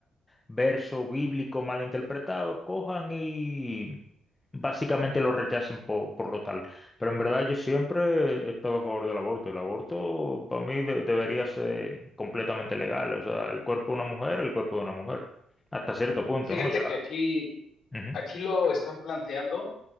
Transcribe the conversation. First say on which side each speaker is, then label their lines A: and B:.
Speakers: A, on the left; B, on the left.
A: verso bíblico mal interpretado, cojan y básicamente lo rechacen po- por, lo tal. Pero en verdad yo siempre estaba a favor del aborto. El aborto para mí de- debería ser completamente legal. O sea, el cuerpo de una mujer, el cuerpo de una mujer. Hasta cierto punto,
B: Fíjate
A: ¿no? Ya.
B: que aquí,
A: Ujú,
B: aquí lo están planteando